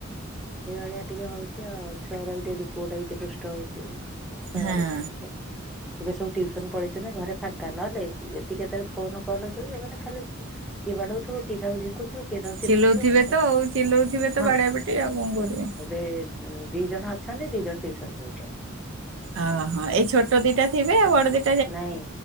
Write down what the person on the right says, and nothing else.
ହଁ
ଚିଲଉଥିବେ
ତ
ଆଉ ଚିଲଉଥିବେ ତ ବାଡିଆ ପିଟି ଆଉ କଣ କରିବେ।
ଅହ ଏଇ ଛୋଟ ଦିଟା ଥିବେ ଆଉ ବଡ ଦିଟା -